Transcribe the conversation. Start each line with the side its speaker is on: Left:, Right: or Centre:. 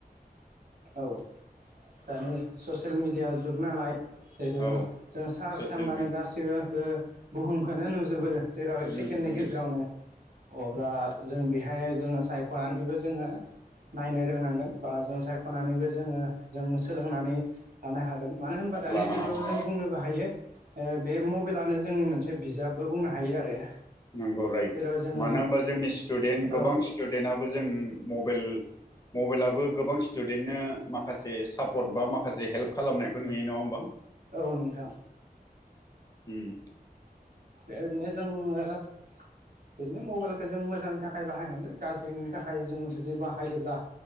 Right: औ दानि ससियेल मेडिया जुग नालाय जेथु
Left: औ
Right: जों सार्च
Left: ससियेल
Right: खालामबानो गासिबो बो बुहुमखौनो नुजोबो। जेराव
Left: मिडिया
Right: सेकेण्डनि गेजेरावनो अब्ला जों बेहाय जोङो सायख'नानैबो जोङो नायनो रोंनांगोन बा जों साय खनानैबो जोङो जों सोलोंनानै लानो हागोन मानो होनबा दानि
Left: लानो
Right: जुगाव
Left: हागोन
Right: जों बुंनोबो हायो ओ बे मबाइलानो जोंनि मोनसे बिजाबबो बुंनो हायो आरो।
Left: नंगौ राइत।
Right: जेराव जोङो
Left: मानो होनबा जोंनि स्टुदेन्ट गोबां
Right: औ
Left: स्टुडेन्टआबो जों मबेल मबाइलआबो गोबां स्टुडेन्टनो माखासे सापर्ट बा माखासे हेल्प खालामनायखौ नुयो नङा होमबा?
Right: औ नोंथां।
Left: उम।
Right: ओरैनो जोङो बिदिनो मबाइलखौ जों मोजांनि थाखाय बाहायनांगो गाज्रिनि थाखाय जों जुदि बाहायोब्ला